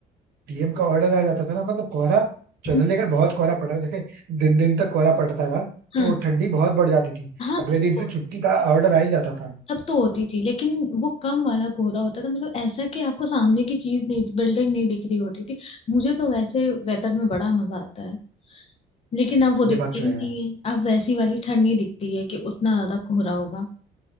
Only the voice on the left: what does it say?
हम्म,
हाँ
हाँ
तब
कोहरा
अब तो होती थी लेकिन वो कम वाला कोहरा होता था मतलब ऐसा कि आपको सामने की चीज नहीं बिल्डिंग नहीं दिख रही होती थी मुझे तो वैसे वेदर में बड़ा मजा आता है लेकिन अब वो दिखता
ही नहीं
है अब वैसी वाली ठंड नहीं दिखती है कि उतना ज्यादा कोहरा होगा